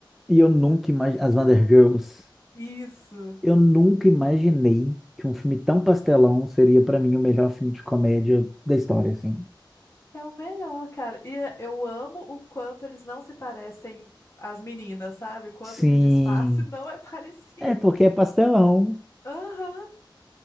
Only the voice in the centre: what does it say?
E eu nunca imaginei as Wonder
Girls.
Eu nunca imaginei que um filme tão pastelão seria pra mim o melhor filme de comédia da história, assim.
Sim,
é porque é pastelão.